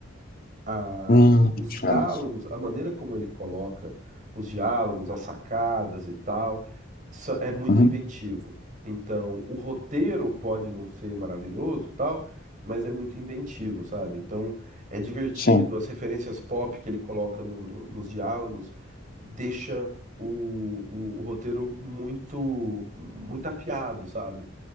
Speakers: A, on the right; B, on the left.
A: a-
B: Hum, que
A: os
B: diferença.
A: diálogos, a maneira como ele coloca os diálogos, as sacadas e tal, só- é muito
B: Uhum.
A: inventivo. Então, o roteiro pode não ser maravilhoso, e tal, mas é muito inventivo, sabe? Então, é divertido,
B: Sim.
A: as referências pop que ele coloca no- no- nos diálogos deixa o, o, o roteiro muito, muito afiado, sabe?